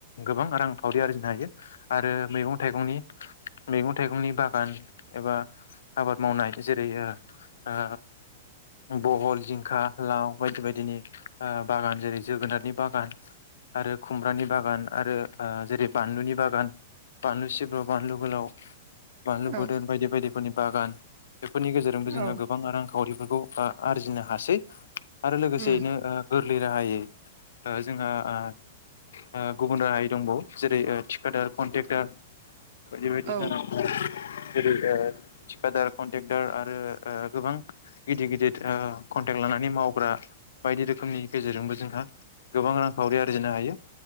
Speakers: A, on the left; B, on the right.
A: गोबां रां खावरि आरजिनो हायो आरो मैगं थाइगंनि मैगं थाइगंनि बागान एबा आबाद मावनाय जेरै ओ ओ बहल जिंखा लाव बायदि बायदिनि ओ बागान जेरै - जोगोनारनि बागान आरो खुमब्रानि बागान आरो ओ जेरै बानलुनि बागान बानलु सिब्र' बानलु गोलाव बानलु
B: औ
A: बोर्दोन बायदि बायदिफोरनि बागान बेफोरनि गेरजोंबो जोंहा
B: औ
A: गोबां रांखावरिफ बेफोरखौ आ-आरजिनो हासै। आरो लोगोसेयैनो
B: उम
A: ओ गोर लै राहायै ओ जोंहा ओ ओ गुबुन राहायै दंबावो जेरै थिकादार, कन्ट्रेक्टार बायदि बायदि।
B: औ
A: जेरै ओ थिखादार, कन्टेक्दार आरो ओ गोबां गिदिर गिदिर ओ कन्टेक्ट लानानै मावग्रा बायदि रोखोमनि गेजेरजोंबो जोंहा गोबां रांखावरि आरजिनो हायो।